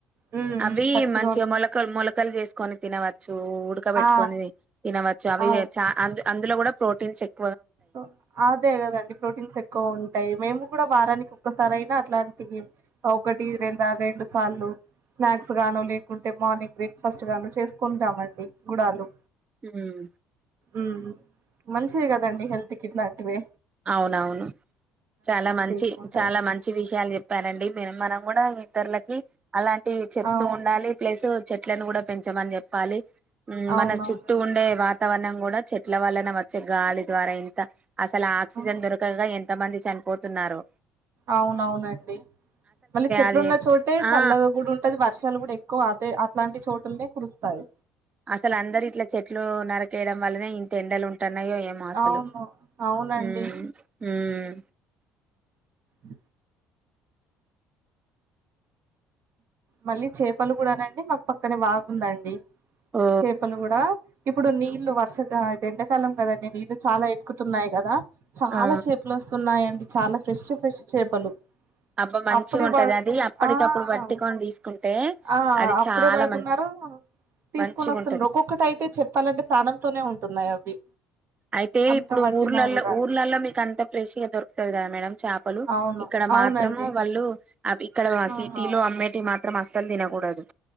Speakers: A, on the right; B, on the right.
A: మ్మ్ మ్మ్
B: అవి
A: పచ్చిగా
B: మంచిగా
A: ఉన్న
B: మొలకలు మొలకలు చేసుకొని తినవచ్చు ఉ ఉడక పెట్టుకొని
A: ఆ
B: తినవచ్చు అవి
A: ఆ
B: చా అందులో కూడా ప్రోటీన్ చేక్
A: ఒ అదే కదండి ప్రోటీన్స్ ఎక్కువ ఉంటాయి మేము కూడా వారానికి ఒక్కసారి అయినా అట్లటీ ఒకటి రెండా రెండు సార్లు స్నాక్స్ గానో లేకుంటే మార్నింగ్ బ్రేక్ఫాస్ట్ గానో చేసుకుంటామండి గుడాలు
B: ఉమ్
A: ఉమ్ మంచిది కదండి హెల్త్ కిట్లాంటివే
B: అవునవును చాలా మంచి
A: చేసుకుంటాం
B: చాలా మంచి విషయాలు చెప్ చెప్పారండి మ మనం కూడా ఇతరులకి అలాంటివి చెప్తూ
A: అవు
B: ఉండాలి ప్లేసు చెట్లను కూడా పెంచమని చెప్పాలి
A: అవునవునండి
B: మన చుట్టూ ఉండే వాతావరణం కుడ చెట్ల వలన వచ్చే గాలి ద్వార ఎంత అసలా ఆక్సిజన్
A: ఆహా!
B: దొరకగా ఎంత తమంది చనిపోతున్నారో
A: అవునవునండి మళ్ళీ చెట్లున్న
B: అది
A: చోటే
B: ఆ
A: చల్లగా గు ఉంటంది వర్ష షాల్ కూడేక్కువ అదే అట్లాంటి చోటుల్నే కురుస్తాయి
B: అసలందరు ఇట్ల చెట్లు నరకేయడం వల్లనే ఇంత ఎండలు ఉంట్ టన్నాయో ఏమో అసలు
A: అవును అవునండి
B: ఉమ్ ఉమ్
A: అ మళ్ళీ చేపలు కూడనండి మాక్ పక్కనే వాగుందండి
B: ఓ
A: చేపలు కుడా ఇప్పుడు నీళ్ళు వర్షగా ఎండాకాలం కదండి నీళ్ళు చాలా ఎక్కుతున్నాయి కదా చాలా
B: ఆ
A: చేపలుస్తున్నాయండి చాలా ఫ్రెష్ ఫ్రెష్ చేపలు
B: అబ్బా మంచిగా
A: అప్పుడే
B: ఉంటది
A: వల్
B: అది అప్పటికప్పుడు
A: ఆ
B: పట్టుకొని
A: అ
B: తీసుకుంటే
A: ఆ
B: అది
A: అప్పుడే
B: చాలా
A: పడుతున్నారు
B: మం
A: తీస్కోనోస్తున్ర్
B: మంచిగా ఉంటది
A: ఒక్కొక్కటి అయితే చెప్పాలంటే ప్రాణంతోనే ఉంటున్నాయి అవి
B: అయితే
A: అంత
B: ఇప్పుడు
A: పట్టినా
B: ఊర్లలో
A: కూడా
B: ఊర్లలో మీకు అంత ప్రెష్గా దొరుకుతంది కదా మేడం చాపలు
A: అవును
B: ఇక్కడ
A: అవునండి
B: మాత్రము వాళ్ళు అవ్ ఇక్కడ
A: ఆహా
B: సిటీలో అమ్మేటి మాత్రం అస్సలు తినకూడదు